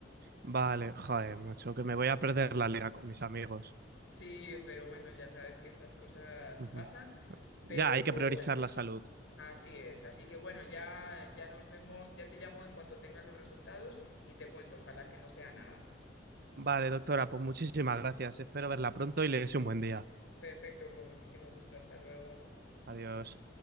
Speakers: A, on the right (about 55°); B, on the left (about 90°).
A: Vale, joder, macho, que me voy a perder la liga con mis amigos.
B: Sí, pero bueno, ya sabes que estas cosas
A: Ujú.
B: pasan.
A: Ya,
B: Pero
A: hay que priorizar
B: bueno.
A: la salud.
B: Así es, así que bueno, ya, ya nos vemos, ya te llamo en cuanto tenga los resultados y te cuento, ojalá que no sea nada.
A: Vale, doctora, pues muchísimas gracias. Espero verla pronto y le deseo un buen día.
B: Perfecto, con muchísimo gusto, hasta luego.
A: Adiós.